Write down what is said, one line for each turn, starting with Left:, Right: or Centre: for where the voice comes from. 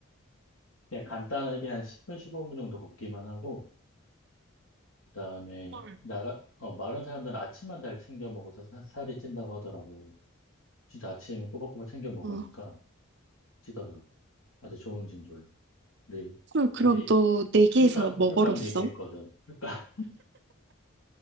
Left: 그냥 간단하게 한 10분, 15분 정도 걷기만 하고, 그다음에
Right: 헐.
Left: 나가, 어, 마른 사람들은 아침만 잘 챙겨 먹어서 사- 살이 찐다고 하더라고. 진짜 아침 꼬박꼬박 챙겨 먹으니까
Right: 어,
Left: 찌더라고. 아주 좋은 징조야. 우리,
Right: 헐, 그럼
Left: 우리
Right: 너 내기에서
Left: 술값,
Right: 뭐
Left: 술값
Right: 걸었어?
Left: 얘기했거든. 술값.